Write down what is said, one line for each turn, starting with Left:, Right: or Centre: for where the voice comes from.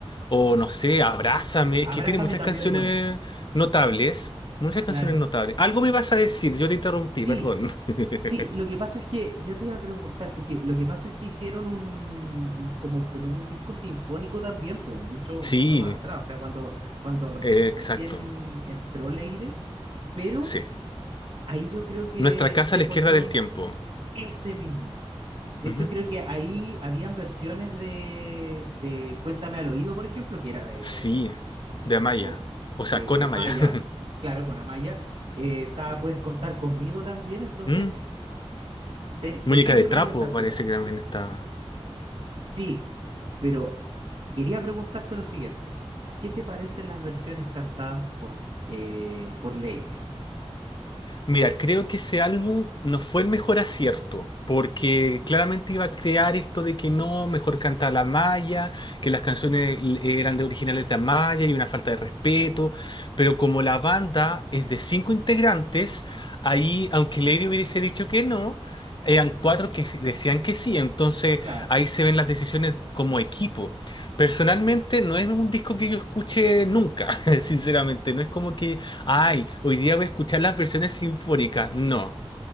Left: O no sé, Abrázame.
Right: A-
Left: Es que
Right: Abrázame
Left: tiene muchas
Right: también
Left: canciones
Right: es buena,
Left: notables. Muchas
Right: claro.
Left: canciones notables. Algo me vas a decir, yo te interrumpí,
Right: Sí,
Left: perdón. <laughs>
Right: Sí, lo que pasa es que yo te iba a preguntar, porque lo que pasa es que hicieron un, un- como, como un disco sinfónico también, pero mucho,
Left: Sí,
Right: mucho más atrás, o sea, cuando, cuando re-
Left: eh, exacto.
Right: recién entró Leire, pero
Left: Sí.
Right: ahí yo creo que
Left: Nuestra casa
Right: se
Left: a la
Right: forzó
Left: izquierda del tiempo.
Right: ese mismo. De
Left: Ujú.
Right: hecho, creo que ahí habían versiones de, de Cuéntame al oído, por ejemplo, que era de
Left: Sí,
Right: digamos,
Left: de
Right: un
Left: Amaya.
Right: disco
Left: O sea,
Right: de,
Left: con
Right: de
Left: Amaya.
Right: Amaya,
Left: <laughs>
Right: claro, con Amaya. Eh, estaba Puedes contar conmigo también, entonces...
Left: Mm,
Right: Ten- tenía
Left: Muñeca de
Right: que
Left: trapo
Right: preguntártelo.
Left: parece que también está.
Right: Sí, pero quería preguntarte lo siguiente. ¿Qué te parecen las versiones cantadas por, eh, por Leire?
Left: Mira, creo que ese álbum no fue el mejor acierto, porque claramente iba a crear esto de que no, mejor canta la Maya, que las canciones l- eran de originales de Amaya y una falta de respeto, pero como la banda es de cinco integrantes, ahí, aunque Lady hubiese dicho que no, eran cuatro que se- decían que sí, entonces
Right: Claro.
Left: ahí se ven las decisiones como equipo. Personalmente no es un disco que yo escuche nunca, <laughs> sinceramente, no es como que Ay, hoy día voy a escuchar las versiones sinfónicas. No,